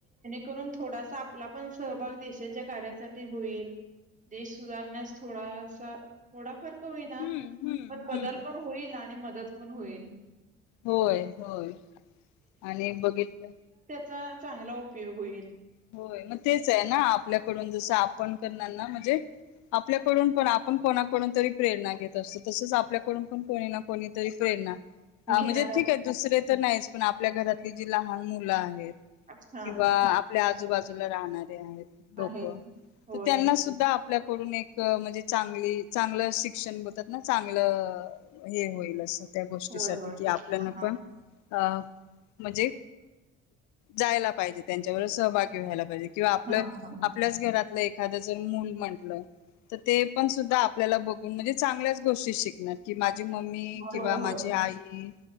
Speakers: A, on the right; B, on the left.
A: करून. थोडासा आपला पण सहभाग देशाच्या कार्यासाठी होईल. देश सुधारण्यास थोडासा-थोडाफार - होईना
B: हम्म हम्म
A: पण बदल
B: हम्म
A: पण होईल. आणि मदत - पण होईल.
B: होय-होय आणि एक बघितलं.
A: चा चांगला उपयोग होईल.
B: होय मग तेच आहे ना. आपल्याकडून जस आपण करणार ना. म्हणजे आपल्याकडून पण आपण कोणा - कुणीतरी प्रेरणा घेत असतो. तसच आपल्याकडून पण कोणी कोणी तरी प्रेरणा. हा
A: घेणार
B: म्हणजे ठीक आहे दुसर तर नाहीच. पण आपल्या घरातली जी लहान मुलं आहेत
A: असत हा
B: किंवा - आजूबाजूला राहणारी. ते आहेत लोक
A: आहेत होय
B: त त्यांना सुद्धा आपल्या कडून एक म्हणजे चांगली-चांगलं शिक्षण बोतातना चांगलं हे होईल असं. त्या गोष्टीसाठी
A: होय होय
B: कि आपल्यान
A: हा
B: पण अ. म्हणजे जायला पाहिजे त्यांच्या. सहभागी व्हायला पाहिजे. किंवा आपलं
A: हां, हां.
B: आपल्याच घरातलं एखादं जर मूल म्हंटलं. तर ते पण सुद्धा आपल्याला बघून म्हणजे चांगल्याच गोष्टी शिकणार कि. माझी, मम्मी किंवा
A: होय, होय.
B: माझी आई.